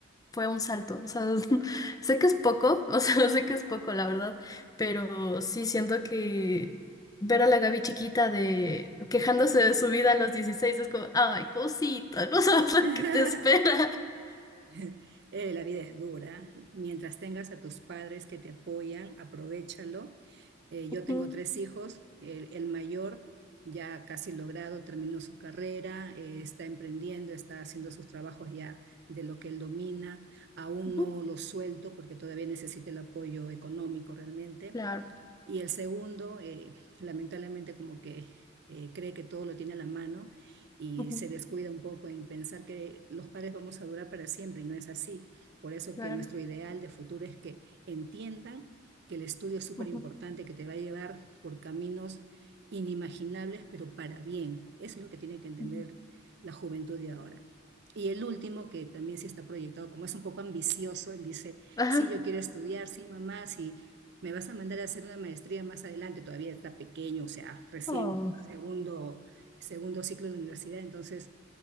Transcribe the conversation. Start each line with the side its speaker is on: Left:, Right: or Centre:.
Left: fue un salto. O sea, <laughs> sé que es poco, o sea, <laughs> sé que es poco, la verdad, pero sí siento que ver a la Gaby chiquita de quejándose de su vida a los 16 es como, ay, cosita, no <laughs> sabes lo
Right: <laughs>
Left: que te espera.
Right: <laughs> Eh, la vida es dura. Mientras tengas a tus padres que te apoyan, aprovechalo. Eh, yo
Left: Ujú,
Right: tengo tres hijos. El, el mayor ya casi logrado, terminó su carrera, eh, está emprendiendo, está haciendo sus trabajos ya de lo que él domina. Aún
Left: ujú,
Right: no lo suelto porque todavía necesita el apoyo económico realmente.
Left: Claro,
Right: Y el segundo, eh, lamentablemente, como que eh, cree que todo lo tiene a la mano y
Left: ujú,
Right: se descuida un poco en pensar que los padres vamos a durar para siempre y no es así. Por eso
Left: claro.
Right: que nuestro ideal de futuro es que entiendan que el estudio es súper
Left: ujú,
Right: importante, que te va a llevar por caminos inimaginables, pero para bien. Eso es lo que tiene que entender
Left: ujú.
Right: la juventud de ahora. Y el último, que también sí está proyectado, como es un poco ambicioso, él dice,
Left: Ajá.
Right: sí, yo quiero estudiar, sí, mamá, sí, me vas a mandar a hacer una maestría más adelante, todavía está pequeño, o sea, recién
Left: Oh.
Right: segundo, segundo ciclo de la universidad, entonces,